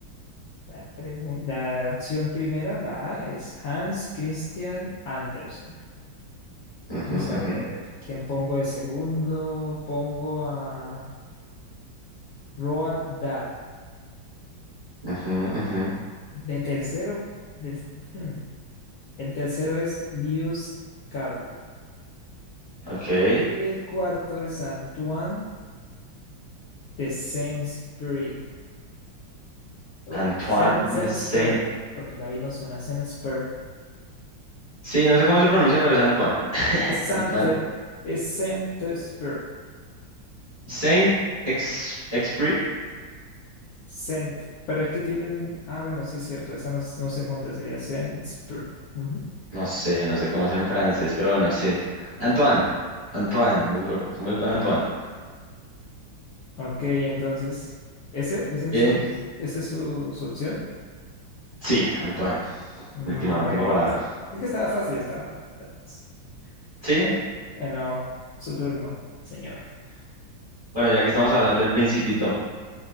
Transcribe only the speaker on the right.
Ujú,
ujú,
ujú, ujú.
Ok.
Antoine
de Saint.
Sí, no sé cómo se pronuncia, pero es Antoine. <laughs>
Antoine.
Saint Ex Exupéry.
No sé, no sé cómo es en francés, pero bueno, sí. Antoine. Antoine. Muy, bu- muy con Antoine.
Bien.
Sí, Antoine.
Última,
última palabra.
Sí,
Bueno, ya que estamos hablando del Principito,